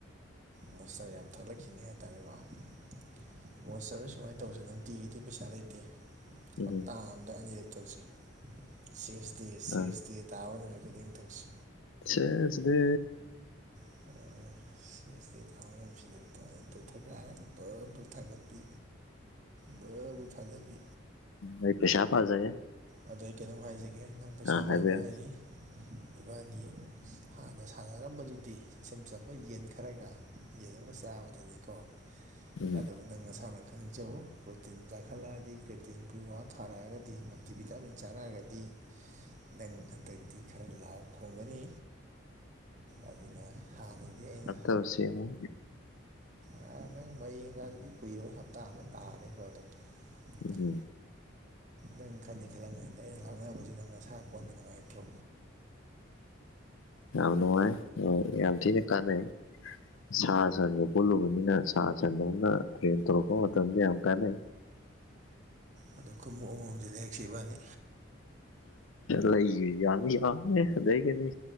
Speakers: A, on the right; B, on the left.
A: ꯃꯣꯁꯇꯔ ꯌꯥꯝ ꯊꯣꯛꯂꯛꯈꯤꯅꯤ ꯍꯥꯏꯇꯥꯔꯦꯀꯣ <unintelligible> ꯁꯨꯃꯥꯏ ꯇꯧꯁꯦ ꯅꯪ ꯅꯨꯡꯇꯤꯒꯤꯗꯤ ꯄꯩꯁꯥ ꯂꯩꯇꯦ
B: ꯎꯝ
A: ꯍꯞꯇꯥ ꯑꯝꯗ ꯑꯅꯤꯔꯛ ꯊꯛꯁꯤ ꯁꯤꯌꯦꯁ ꯗꯦ ꯁꯤꯌꯦꯁ
B: ꯑ
A: ꯗꯦ ꯇꯥꯕ ꯅꯨꯃꯤꯠ ꯈꯨꯗꯤꯡ ꯊꯛꯁꯤ
B: ꯆꯦꯁ ꯗꯦ
A: ꯑꯁ ꯐꯦꯁꯇꯦ ꯊꯥꯅꯕꯁꯤꯗ ꯇꯛꯇ ꯊꯀꯥꯏꯔꯒ ꯄꯨꯂꯞ ꯄꯨꯂ ꯊꯥꯒꯠꯄꯤ ꯕ ꯕ ꯊꯥꯗꯕꯤ
B: ꯑꯩ ꯄꯁꯥ ꯄꯔꯖꯒꯦ
A: ꯑꯗꯨꯗ ꯑꯩ ꯀꯣꯝ ꯍꯥꯏꯖꯒꯦ ꯅꯪ ꯄꯩꯁꯥ
B: ꯍꯥꯏꯕꯤꯌꯨ
A: ꯄꯥꯏꯕ ꯂꯩꯔꯤ ꯏꯕꯥꯅꯤ ꯍꯥꯟꯅ ꯁꯥꯟꯅꯔꯝꯕꯗꯨꯗꯤ ꯏꯆꯝ ꯆꯝꯕ ꯌꯦꯟ ꯈꯔꯒ ꯌꯦꯟ ꯑꯃꯒ ꯆꯥꯕꯗꯨꯅꯤꯀꯣ
B: ꯎꯝ
A: ꯑꯗꯨꯕꯨ ꯅꯪ ꯅꯁꯥꯅ ꯈꯪꯖꯧ ꯄ꯭ꯔꯣꯇꯤꯟ ꯆꯥꯈꯠꯂꯛꯑꯗꯤ ꯀ꯭ꯔꯦꯇꯤꯟ ꯄꯤ ꯋꯥ ꯊꯥꯔꯛꯑꯒꯗꯤ ꯇꯤ ꯚꯤꯇꯥꯃꯤꯟ ꯆꯥꯔꯛꯑꯒꯗꯤ ꯅꯪ ꯍꯟꯗꯛꯇꯤ ꯈꯔ ꯂꯥꯎ ꯈꯣꯡꯒꯅꯤ ꯑꯗꯨꯅ ꯍꯥꯟꯅꯗꯤ ꯑꯩꯅ
B: ꯗꯣ ꯁꯦꯡꯉꯨ
A: ꯑ ꯅꯪ ꯃꯌꯦꯡꯒꯗꯨꯗꯤ ꯀꯨꯏꯔꯣꯏ ꯍꯞꯇꯥ ꯑꯃꯗ ꯑꯝ ꯇꯥꯔꯅꯤꯀꯣ ꯑꯗꯨꯝ
B: ꯎ
A: ꯅꯪ
B: ꯍꯝ
A: ꯅꯪ ꯈꯟꯗꯤ ꯈꯜꯂꯒꯅꯤꯗ ꯑꯩꯅ ꯂꯥꯛꯅꯕꯁꯨ ꯅꯪ ꯉꯁꯥ ꯀꯣꯟꯗ ꯅꯨꯡꯉꯥꯏꯇ꯭ꯔꯣ
B: ꯌꯥꯝ ꯅꯨꯡꯉꯥꯏ ꯌꯥꯝ ꯊꯤꯅ ꯀꯥꯟꯅꯩ ꯁꯥ ꯁꯟꯒ ꯄꯨꯜꯂꯨꯕꯅꯤꯅ ꯁꯥ ꯁꯟꯗꯧꯅ ꯇ꯭ꯔꯦꯟ ꯇꯧꯔꯛꯄ ꯃꯇꯝꯗ ꯌꯥꯝ ꯀꯥꯟꯅꯩ
A: ꯑ ꯈꯣꯡꯎꯞ ꯑꯃꯃꯝꯁ ꯂꯦꯛꯛꯁꯤꯕꯅꯤ
B: ꯂꯩ ꯌꯥꯅꯤ ꯌꯥꯉꯦ ꯂꯩꯒꯅꯤ